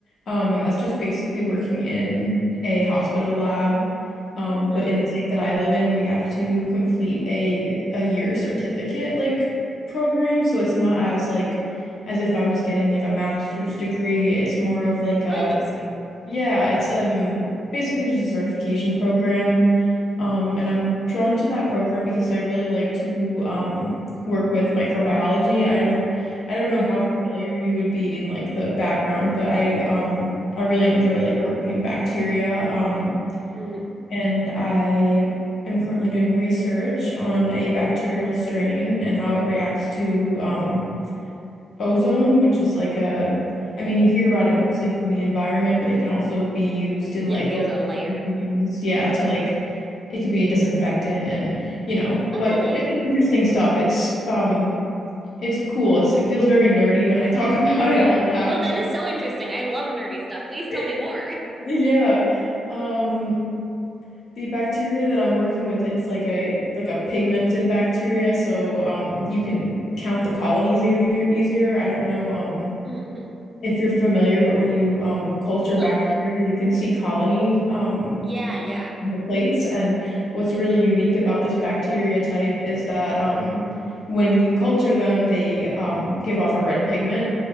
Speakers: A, on the left (about 70°); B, on the right (about 25°).
A: Um, and that's just basically working in a hospital lab. Um, but
B: Mm.
A: in the state that I live in, we have to complete a a year certificate like program. So it's not as like as if I was getting like a master's degree. It's more of like a
B: Oh, interesting.
A: yeah, it's um basically just a certification program. Um, and I'm drawn to that program because I really like to um work with microbiology. I don't I don't know
B: Mm.
A: how familiar you would be in like the background, but I um I really enjoy like working in bacteria. Um,
B: Mm,
A: and I am currently doing research on a bacterial strain and how it reacts to um ozone, which is like a, I mean, you hear about
B: mm.
A: it mostly from the environment, but it can also be used in
B: Yeah,
A: like
B: like the
A: local
B: ozone layer.
A: concentrations. Yeah, to like, it can be a disinfectant and, you know,
B: Oh,
A: but
B: really?
A: it's just interesting stuff. It's, um, it's cool. It's, it feels very nerdy when I talk <laughs> about it out loud,
B: No, that
A: but
B: is so interesting. I love nerdy stuff. Please tell
A: <laughs>
B: me more.
A: yeah. Um, the bacteria that I'm working with, it's like a, like a pigmented bacteria. So, um, you can count the colonies easier, easier. I don't know, um,
B: Mm-hmm.
A: if you're familiar, but when you um culture
B: A little
A: bacteria,
B: bit.
A: you can see colony um
B: Yeah, yeah.
A: on the plates. And what's really unique about this bacteria type is that um when you culture them, they um give off a red pigment,